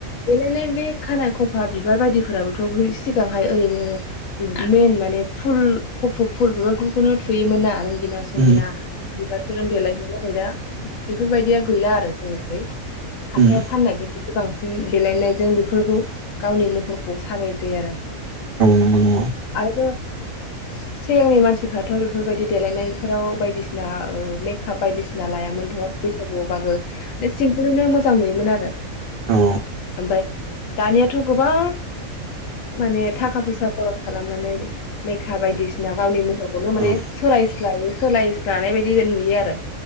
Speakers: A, on the left; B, on the right.
A: देलायनाय बे खानाय खफा बिबार बायदिफोराबोथ सिगांहाय ओरैनो मेइन माने फुल खफ फुल बिबारफोरखौनो थुयोमोन ना रंगिना संगिना
B: औ
A: बिबारफोरजों देलायोमोन । <unintelligible> बेफोरबायदिया गैला आरो। <unintelligible> हाथायाव
B: उम
A: <unintelligible> बांसिन देलायनायजों बेफोरखौ गावनि महरखौ साजायसै आरो
B: नंगौ नंगौ औ
A: <unintelligible> सिगांनि मानसिफ्राथ बेफोरबायदि देलायनायफोराव बायदिसिना ओ मेक। काफ बायदिसिना लायामोनथ‌ बैसागुआव बाहो सिम्पोलैनो मोस जां नुयोमोन आरो। <unintelligible>
B: औ
A: ओमफाय। दानियाथ गोबां। माने थाखा फैसा <unintelligible> खालामनानै। लेखा बायदिसिना गावनि महरखौनो माने
B: औ
A: सोलायस दायो सोलायस्लानाय बायदि नुयो आरो।